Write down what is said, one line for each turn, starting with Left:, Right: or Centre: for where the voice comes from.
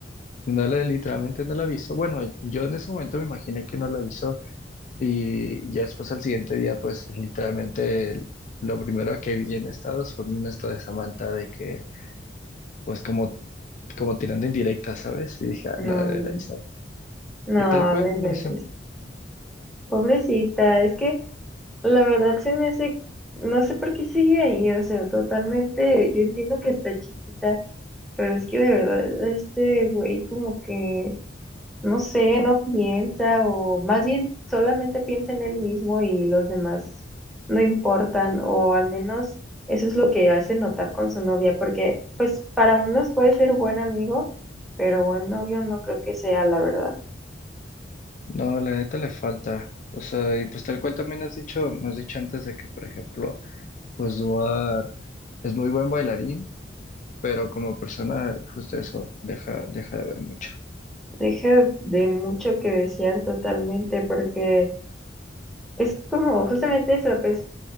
Left: No le, literalmente no la avisó. Bueno, yo en ese momento me imaginé que no la avisó, Y ya después al siguiente día, pues literalmente lo primero que vi en estados fue un estado de Samantha de que, pues como, como tirando indirecta, ¿sabes? Y dije, ah,
Centre: No,
Left: no la debe
Centre: no,
Left: haber avisado.
Centre: no,
Left: Y tal cual
Centre: me inventes.
Left: no lo hizo.
Centre: Pobrecita, es que la verdad se me hace, no sé por qué sigue ahí, o sea, totalmente, yo entiendo que está chiquita, pero es que de verdad, este güey como que no sé, no piensa o más bien solamente piensa en él mismo y los demás no importan o al menos eso es lo que hace notar con su novia porque pues para unos puede ser buen amigo, pero buen novio no creo que sea la verdad.
Left: No, la neta le falta. O sea, y pues tal cual también has dicho, me has dicho antes de que, por ejemplo, pues Duar es muy buen bailarín, pero como persona, justo eso, deja, deja de ver mucho.
Centre: Deja de mucho que desear totalmente porque es como justamente eso, pues